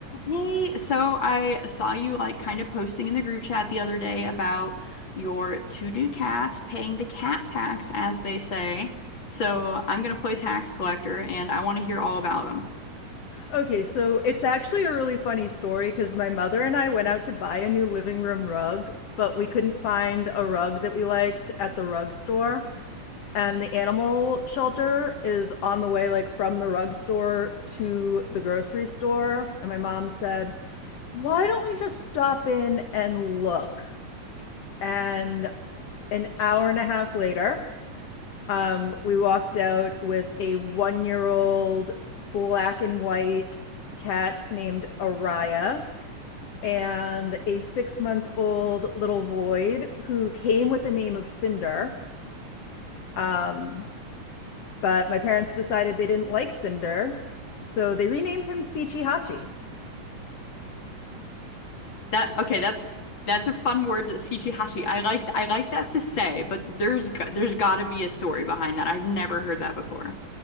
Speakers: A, on the left; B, on the left.
A: Hey, so I saw you like kind of posting in the group chat the other day about your two new cats paying the cat tax, as they say. So I'm gonna play tax collector, and I want to hear all about them.
B: Okay, so it's actually a really funny story because my mother and I went out to buy a new living room rug, but we couldn't find a rug that we liked at the rug store. And the animal shelter is on the way, like from the rug store to the grocery store. And my mom said, Why don't we just stop in and look? And an hour and a half later, um, we walked out with a one year old black and white cat named Araya and a six month old little void who came with the name of Cinder. Um, but my parents decided they didn't like Cinder, so they renamed him Sichi Hachi.
A: That okay? That's that's a fun word, shichihashi. I like I like that to say, but there's g- there's got to be a story behind that. I've never heard that before.